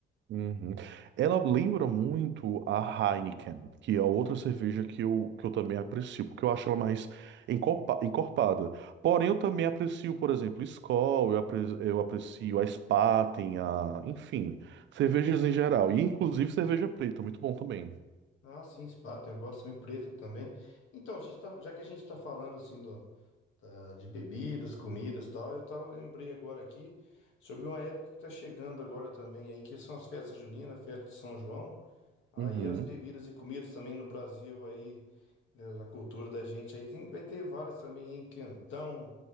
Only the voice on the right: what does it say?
Uhum. Ela lembra muito a Heineken, que é outra cerveja que eu, que eu também aprecio, porque eu acho ela mais encorpa- encorpada. Porém, eu também aprecio, por exemplo, Skol, eu apre- eu aprecio a Spaten, a... enfim, cervejas em geral. E inclusive cerveja preta, muito bom também.
Uhum.